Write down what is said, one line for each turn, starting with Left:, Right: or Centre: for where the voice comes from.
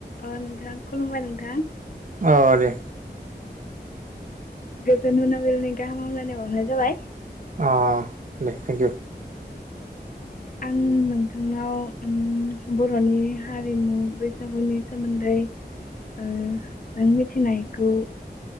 Left: ओ नोंथां खुलुमबाय नोंथां
Right: औ दे
Left: गोजोन मोनाबिलायनि गाहाम हामलायनाय बावनाय जाबाय
Right: अ दे थेंक इउ
Left: आं नोंथांनाव उम बर'नि हारिमु बैसागुनि सोमोन्दै ओ नों मिथिनायखौ